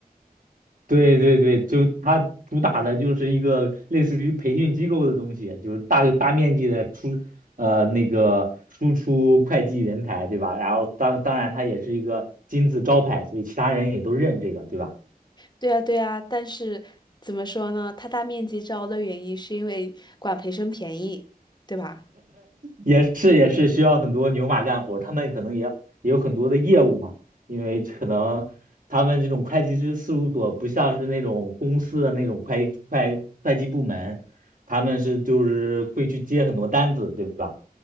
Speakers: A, on the right (about 60°); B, on the left (about 30°).
A: 对对对，就它主打的就是一个类似于培训机构的东西，就是大大面积的出呃那个输出会计人才，对吧？然后当当然它也是一个金字招牌，所以其他人也都认这个，对吧？
B: 对啊，对啊，但是怎么说呢？它大面积招的原因是因为管培生便宜，对吧？
A: 也是也是需要很多牛马干活，他们可能也也有很多的业务嘛，因为可能他们这种会计师事务所不像是那种公司的那种会会会计部门，他们是就是会去接很多单子，对吧？